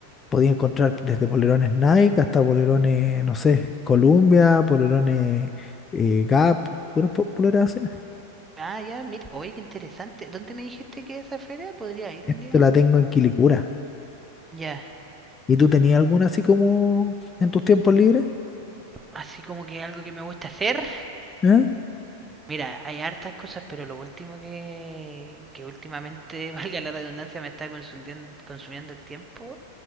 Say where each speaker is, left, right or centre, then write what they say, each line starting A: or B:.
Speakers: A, on the left; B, on the right.
A: Podía encontrar desde polerones Nike hasta polerones, no sé, Columbia, polerones eh, Gap, puras po- poleras así.
B: Ah, ya, mira. Oye, qué interesante. ¿Dónde me dijiste que esa feria podría ir
A: Esto
B: un día?
A: la tengo en Quilicura.
B: Ya.
A: ¿Y tú tenías alguna así como en tus tiempos libres?
B: Así como que algo que me gusta hacer.
A: ¿Ah?
B: Mira, hay hartas cosas, pero lo último que, que últimamente, <laughs> valga la redundancia, me está consumiendo, consumiendo el tiempo,